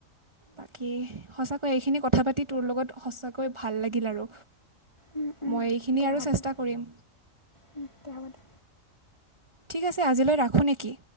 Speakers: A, on the right (about 25°); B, on the left (about 25°).
A: বাকী সঁচাকৈ এইখিনি কথা পাতি তোৰ লগত সঁচাকৈ ভাল লাগিল আৰু।
B: উম, উম,
A: মই এইখিনি
B: দে
A: আৰু
B: হ'ব
A: চেষ্টা
B: দে
A: কৰিম
B: উম, দে হ'ব দে।
A: ঠিক আছে আজিলৈ ৰাখোঁ নেকি?